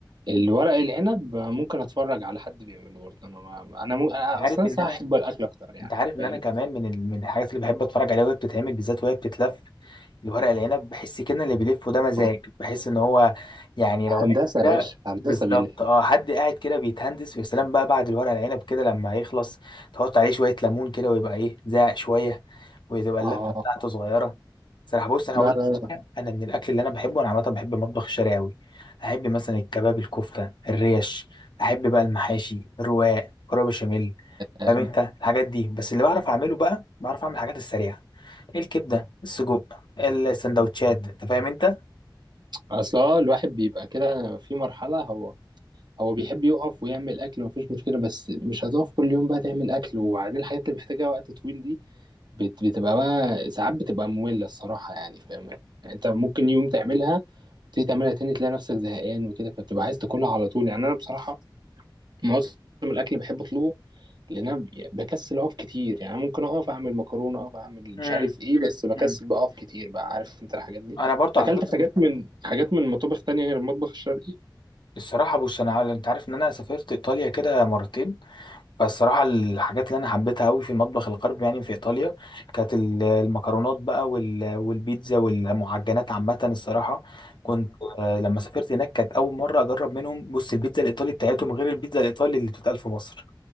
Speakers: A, on the right; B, on the left.
A: الورق العنب ممكن اتفرج على حد بيعمله برضه انا ما... انا, م... أنا
B: عارف
A: اصلا
B: ان انا
A: هحب الاكل اكتر يعني
B: انت عارف ان
A: فاهم
B: انا كمان من ال... من الحاجات اللي بحب اتفرج عليها وهي بتتعمل بالذات وهي بتتلف الورق العنب بحس كده اللي بيلفه ده مزاج
A: آه.
B: بحس ان هو يعني روقان
A: هندسه يا
B: كده
A: باشا هندسه
B: بالظبط
A: بيلف
B: اه حد قاعد كده بيتهندس ويا سلام بقى بعد الورق العنب كده لما يخلص تحط عليه شويه ليمون كده ويبقى ايه زاق شويه وتبقى
A: اه
B: اللفه بتاعته صغيره صراحه بص انا
A: لا
B: هقول
A: لا لا
B: انا من الاكل اللي انا بحبه انا عامه بحب المطبخ الشرقي قوي احب مثلا الكباب الكفته الريش احب بقى المحاشي الرواق كرب بشاميل
A: آه،
B: فاهم انت الحاجات دي بس اللي بعرف اعمله بقى بعرف اعمل الحاجات السريعه الكبده السجق السندوتشات انت فاهم انت
A: اصل هو الواحد بيبقى كده في مرحله هو هو بيحب يقف ويعمل اكل مفيش مشكله بس مش هتقف كل يوم بقى تعمل اكل وبعدين الحاجات اللي محتاجه وقت طويل دي بت- بتبقى بقى ساعات بتبقى ممله الصراحه يعني فاهم يعني انت ممكن يوم تعملها تيجي تعملها تاني تلاقي نفسك زهقان وكده فبتبقى عايز تاكلها على طول يعني انا بصراحه معظم الاكل بحب اطلبه لان انا بكسل اقف كتير يعني ممكن اقف اعمل مكرونه اقف اعمل مش
B: امم
A: عارف ايه بس بكسل
B: امم
A: بقى اقف كتير بقى عارف انت الحاجات دي
B: انا برضو
A: اكلت
B: على فكره
A: حاجات من حاجات من مطابخ تانية غير المطبخ الشرقي
B: الصراحه بص انا انت عارف ان انا سافرت ايطاليا كده مرتين فالصراحة الحاجات اللي أنا حبيتها أوي في المطبخ الغربي يعني في إيطاليا كانت ال- المكرونات بقى وال- والبيتزا والمعجنات عامة الصراحة كنت آه، لما سافرت هناك كانت أول مرة أجرب منهم بص البيتزا الإيطالي بتاعتهم غير البيتزا الإيطالي اللي بتتقال في مصر